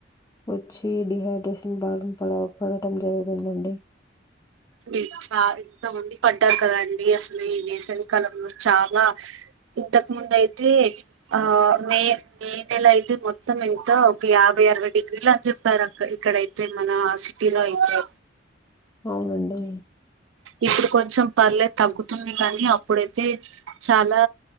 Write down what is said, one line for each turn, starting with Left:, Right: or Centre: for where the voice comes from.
Left: వచ్చి డిహైడ్రేషన్ భారీన పడ పడటం జరుగుతుందండి
Right: మీరు చా ఇంత మంది పడ్డారు కద అండి అసలు ఈ వేసవి కాలంలో చాలా ఇంతకు ముందు అయితే ఆ మే మే నెల అయితే మొత్తం ఇంత ఒక యాభై అరవై డిగ్రీలు అని చెప్పారు అక్క ఇక్కడైతే తే మన సిటీలో ఐతే
Left: అవునండి
Right: ఇప్పుడు కొంచెం పర్లేదు తగ్గుతున్నాయి కాని అప్పుడైతే చాలా